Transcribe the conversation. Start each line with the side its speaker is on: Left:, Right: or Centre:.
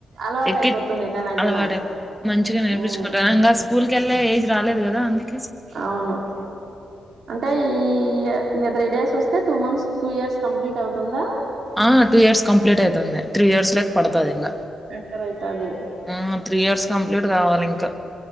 Right: అలవాటు
Centre: ఎక్
Right: అయిపోతుంది తనకు
Centre: అలవాట
Right: గున
Centre: మంచిగా నేర్పించుకుంటారు
Right: ఉమ్
Centre: స్కూల్కి వెళ్ళే ఏజ్ రాలే కదా అందుకు
Right: అవును అంటే ఈ ఇంకా త్రీ డేస్ చూస్తే two months two years complete అవుతుందా
Centre: ఆ టూ ఇయర్స్ కంప్లీట్ ఐతుంది త్రీ ఇయర్స్ లోకి పడతాది ఇంగ
Right: తరైతాది
Centre: ఆ త్రీ ఇయర్స్ కంప్లీట్ కావాలి ఇంక